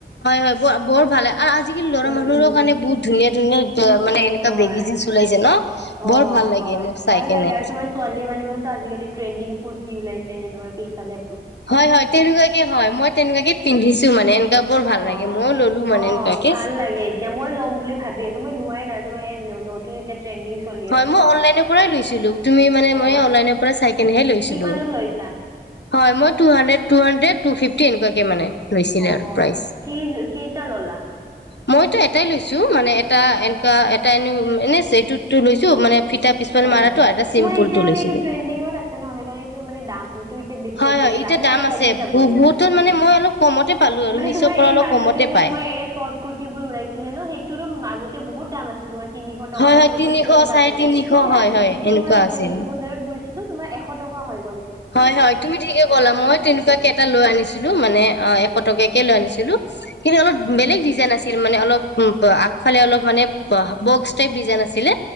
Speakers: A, on the left; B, on the right.
A: হয় হয় বৰ ভালে আৰু আজিকালি ল'ৰা
B: উম
A: মানুহৰ
B: উম
A: কাৰণে বহুত ধুনীয়া ধুনীয়া
B: উম
A: মানে
B: উম
A: এনেকুৱা
B: হয়
A: বেগ জিনন ওলাইছে ন
B: অ
A: বৰ ভাল লাগে
B: হয়
A: মোক চাই
B: ভাল
A: কেনে
B: লাগে আৰু তোমাৰ ছোৱালী মানুহো আজিকালি ট্ৰেণ্ডিং কুতি উলাইছে সেই যে তোমাৰ পিছালে
A: হয় হয় তেনেকুৱাকে হয় মই তেনেকুৱাকে পিন্ধিছো মানে এনেকুৱ বৰ ভাল
B: অ
A: লাগে ময়ও ল'লো মানে
B: অ
A: এনেকুৱাকে
B: ভাল লাগে এতিয়া মই ল'ম বুলি ভাবি আছো মই লোৱাই নাই তোমাৰ এই নতুন এতিয়া ট্ৰেনডিং চলি
A: হয়
B: আছে
A: মই
B: ন
A: অনলাইনৰ পৰাই লৈছিলো তুমি মানে
B: অ
A: মই অনলাইনৰ পৰা চাই কেনেহে লৈছিলো
B: কিমানত লৈছা <unintelligible>
A: হয় মই টুানডে টু হানড্ৰেড টু ফিফটি এনেুৱাক মানে লৈছিলে
B: অ
A: আৰু প্ৰাইচ
B: ক কেইটা ললা
A: মইতো এটাই লৈছোঁ মানে এটা
B: অ
A: এনেকুৱা
B: আচ্ছা।
A: এটা এনে এনেটোটো লৈছোঁ মানে ফিটা পিছফালে
B: অ
A: মাৰাটো আৰু এটা চিম্পুল
B: তোমাৰ এতিয়া
A: টো
B: মানে
A: লৈছিলো
B: এইটো ট্ৰেণ্ডিঙত আছে ন সেইকাৰণে এই মানে দামটো এতিয়া বেছি
A: হয়
B: আছিল
A: হয় এতিয়া
B: লাহে লে
A: দাম
B: কমি
A: আছে
B: যাব
A: বহুতত
B: তোমাৰ উ
A: মানে মই অলপ কমতে পালো আৰু
B: মানে
A: মিছৰ
B: তোমাৰ
A: পৰা
B: এই
A: অলপ
B: মাজতে
A: কমতে
B: যে
A: পায়
B: তোমাৰ কুতিবোৰৰ উলাইছিলে ন সেইটো মাজতে বহুত দাম আছিল তোমাৰ তিনিশ টকা
A: হয় হয়
B: টু
A: তিনিশ
B: ফিফটি একুৱ
A: চাৰে
B: আছিল
A: তিনিশ
B: তেতিয়া
A: হয় হয়
B: যেতিয়া
A: এনেকুৱা
B: মই
A: আছিল
B: ফেঞ্চি বজাৰত গৈছিলো তোমাৰ এশ টকা হয়
A: হয় হয় তুমি ঠিকে কলা মই
B: লয়।
A: তেনেকুৱা
B: উম
A: কেইটা লৈ আনিছিলো মানে অ এশ
B: উম
A: টকাকে
B: উম
A: লৈ আনিছিলো কিন্তু অলপ
B: উম
A: বেলেগ ডিজাইন আছিল মানে অলপ আগফালে অলপ মানে বক্স টাইপ ডিজাইন আছিলে